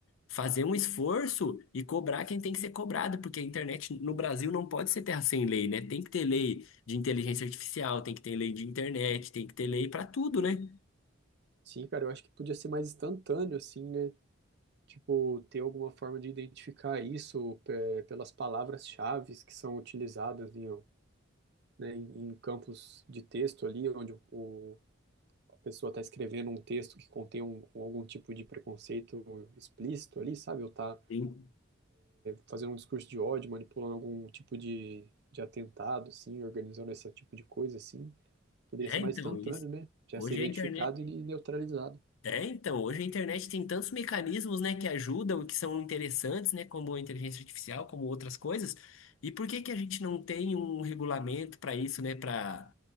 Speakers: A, on the left (about 75°); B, on the right (about 55°).
A: fazer um esforço e cobrar quem tem que ser cobrado, porque a internet no Brasil não pode ser terra sem lei, né? Tem que ter lei de inteligência artificial, tem que ter lei de internet, tem que ter lei para tudo, né?
B: Sim, cara, eu acho que podia ser mais instantâneo, assim, né? Tipo, ter alguma forma de identificar isso pe- pelas palavras-chaves que são utilizadas em, né, em, em campos de texto ali, onde o pessoa está escrevendo um texto que contém um, um- algum tipo de preconceito explícito ali, sabe? Ou está
A: Sim.
B: fazendo um discurso de ódio, manipulando algum tipo de, de atentado, assim, organizando esse tipo de coisa, assim. Poderia
A: É,
B: ser
A: então,
B: mais instantâneo,
A: isso.
B: né? Já
A: Hoje
B: ser identificado
A: a internet
B: e neutralizado.
A: É, então, hoje a internet tem tantos mecanismos, né, que ajudam, que são interessantes, né, como a inteligência artificial, como outras coisas. E por que que a gente não tem um regulamento para isso, né, para